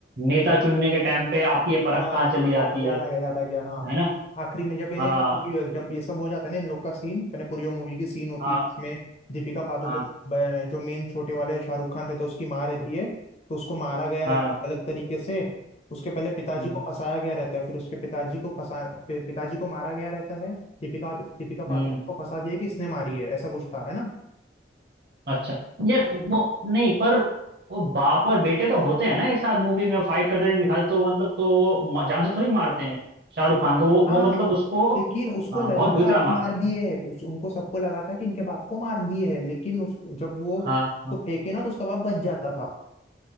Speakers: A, on the right; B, on the left.
A: नेता चुनने के टाइम पे आपकी ये परख
B: हाँ
A: कहाँ चली
B: हाँ
A: जाती
B: याद
A: है
B: आ गया याद आ गया हाँ
A: है ना
B: आखिरी में जब इन्हें
A: हाँ
B: जब ये सब हो जाता है ना इन लोग का सीन मैंने पूरी वो मूवी की सीन होती
A: हाँ
B: है इसमें दीपिका पादुकोण
A: हाँ
B: ब- जो मेन छोटे वाले शाहरुख खान रहता है उसकी माँ रहती है तो उसको मारा गया
A: हाँ
B: रहता है गलत तरीके से उसके पहले पिताजी
A: हम्म
B: को फंसाया गया रहता है फिर उसके पिताजी को फंसा पि- पिताजी को मारा गया रहता है दीपिका दीपिका पादुकोण
A: हम्म।
B: को फंसा दिया कि इसने मारी है ऐसा कुछ था है ना
A: अच्छा यार वो नहीं पर वो बाप और बेटे तो होते हैं ना एक साथ मूवी में फाइट करते हुए दिखाते तो मतलब तो वो म- जान से थोड़ी मारते हैं शाहरुख खान को वो
B: हाँ
A: वो मतलब उसको
B: लेकिन उसको
A: हाँ
B: लगा
A: बहुत बुरी
B: था
A: तरह मारते
B: कि मार
A: हैं
B: दिए है उस उनको सबको लगा था कि इनके बाप को मार दिए है लेकिन उस जब वो उसको
A: हाँ हाँ
B: फेंके ना तो उसका बाप बच जाता था